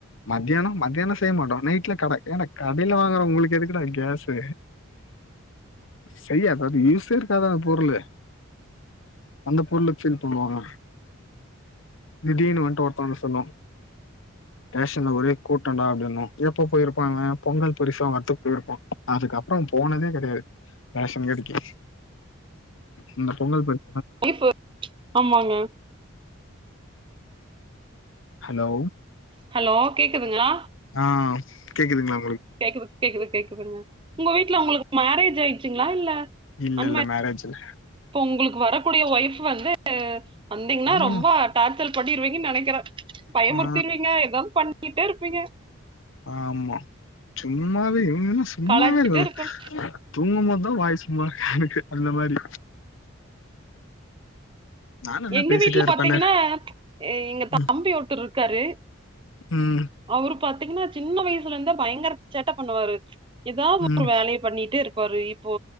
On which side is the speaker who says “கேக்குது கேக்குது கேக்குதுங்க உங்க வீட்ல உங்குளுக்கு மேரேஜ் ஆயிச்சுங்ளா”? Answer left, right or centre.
Right